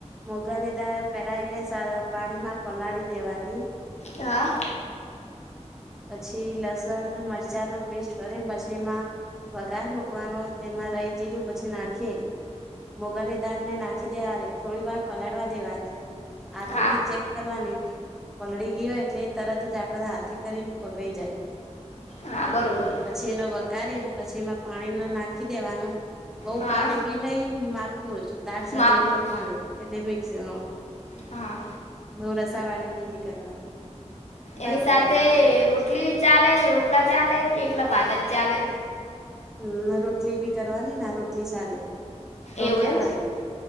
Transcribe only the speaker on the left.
હા.
હા
હા બરાબર
હા
માપનું
જ
હા.
એની સાથે
રોટલી ચાલે કે રોટલા ચાલે કે એકલા ભાતા જ ચાલે
એવું એમ